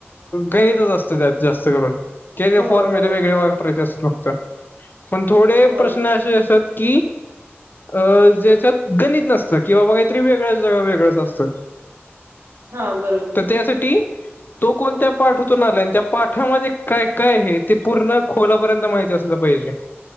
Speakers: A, on the left; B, on the right.
A: गणितच असतं जास्त करून. त्यांचे
B: होय
A: फॉर्म्युले वेगळे
B: होय
A: वापरायचे असतात. <unintelligible> पण थोडे
B: होय
A: प्रश्न असे असतात की, अं ज्याच्यात गणित नसतं, किंवा बाबा काहीतरी वेगळ वेगळंच असतं. <inaudible>
B: हा बरोबर.
A: तर त्यासाठी. तो कोणत्या पाठातून आला, आणि त्या पाठामध्ये काय काय आहे. ते पूर्ण खोलापर्यंत माहिती असत असलं पाहिजे.